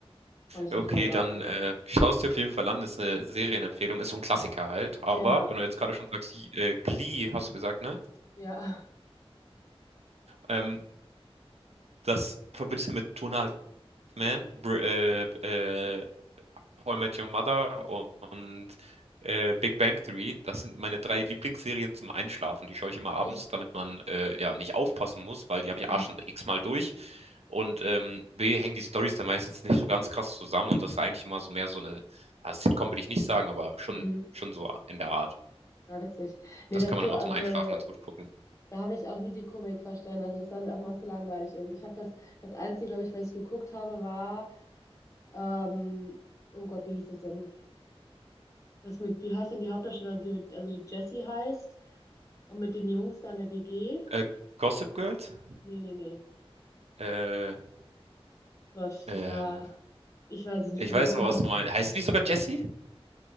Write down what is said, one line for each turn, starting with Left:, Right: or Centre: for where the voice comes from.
Left: Kann ich
Right: Okay,
Left: dir nicht mal sagen.
Right: dann äh, schaust dir auf jeden Fall an. Ist eine Serienempfehlung, ist so ein Klassiker halt. Aber
Left: Ja,
Right: wenn du jetzt gerade schon sagst, äh, Glee, hast du gesagt, ne?
Left: ja.
Right: Ähm, das verbindest du mit Two and a Half Men, Br äh, äh, How I Met Your Mother und äh, Big Bang Theory. Das sind meine drei Lieblingsserien zum Einschlafen. Die schaue ich immer abends,
Left: Echt?
Right: damit man äh, ja nicht aufpassen muss, weil die habe ich
Left: <laughs>
Right: A schon x-mal durch. Und ähm, B hängen die Storys dann meistens nicht so ganz krass zusammen. Und das ist eigentlich immer so mehr so eine, ja, Sitcom würde ich nicht sagen, aber schon,
Left: Mhm.
Right: schon so in der Art.
Left: Ja, witzig. Nee,
Right: Das
Left: dass
Right: kann
Left: du,
Right: man immer
Left: also,
Right: zum Einschlafen ganz gut gucken.
Left: da habe ich auch nie die Komik verstanden. Also, das war mir auch immer zu langweilig irgendwie. Ich habe das, das Einzige, glaube ich, was ich geguckt habe, war, ähm, oh Gott, wie hieß das denn? Das mit, wie heißt denn die Hauptdarstellerin, die mit, also die Jessie heißt und mit den Jungs da in der WG?
Right: Äh, Gossip Girls?
Left: Nee, nee, nee.
Right: Äh,
Left: Gott,
Right: ähm,
Left: das war, ich weiß es nicht
Right: ich
Left: genau.
Right: weiß
Left: Auf jeden
Right: aber,
Left: Fall
Right: was du meinst. Heißt sie nicht sogar Jessie?